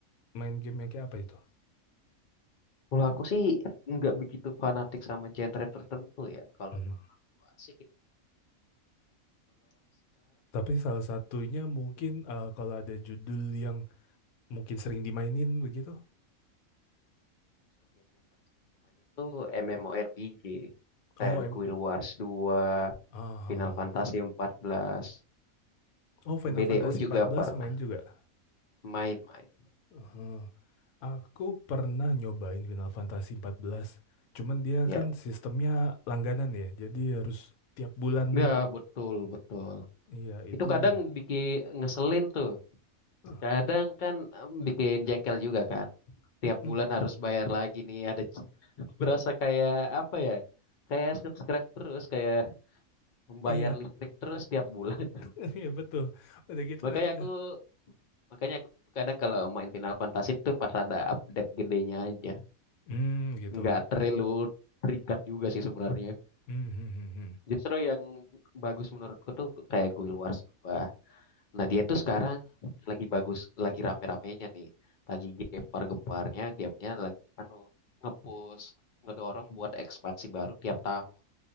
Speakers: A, on the left; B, on the left.
A: main game yang kayak apa itu?
B: kalau aku sih nggak begitu fanatik sama genre tertentu ya. Kalau
A: Mhm.
B: menurut aku asik ya mainin aja. Kalau sekarang
A: Tapi
B: sih sebenarnya
A: salah satunya
B: aku
A: mungkin eh, kalau ada judul yang mungkin sering dimainin begitu.
B: justru game yang paling sering aku mainin tuh MMORPG kayak
A: Oh, em
B: Guild Wars 2,
A: ah,
B: Final
A: ah, ah.
B: Fantasy 14,
A: oh Final
B: BDO
A: Fantasy
B: juga
A: empat belas
B: pernah
A: main juga.
B: main-main.
A: Eh, aku pernah nyobain Final Fantasy empat belas. Cuman dia
B: Ya,
A: kan sistemnya langganan ya. Jadi harus tiap bulan
B: Ya, betul, betul.
A: Iya, itunya.
B: Itu kadang bikin ngeselin tuh.
A: Eh,
B: Kadang kan em, bikin jengkel juga kan.
A: mm-mm.
B: Tiap bulan harus bayar lagi nih. Ada c- berasa kayak apa ya? Kayak subscribe terus, kayak membayar
A: Iya,
B: listrik terus tiap bulan. <laughs>
A: <laughs> iya betul. Udah gitu
B: Makanya
A: nanti
B: aku
A: kah?
B: makanya aku kadang kalau main Final Fantasy tuh pas ada update gedenya aja.
A: Hmm, gitu.
B: Nggak terlalu terikat juga sih sebenarnya.
A: Hmm, hmm, hmm, hmm.
B: Justru yang bagus menurutku tuh kayak Guild Wars 2. Nah, dia tuh sekarang lagi bagus, lagi rame-ramenya nih. Lagi gempar-gemparnya, gamenya lagi anu, ngepush ngedorong buat ekspansi baru tiap tahun.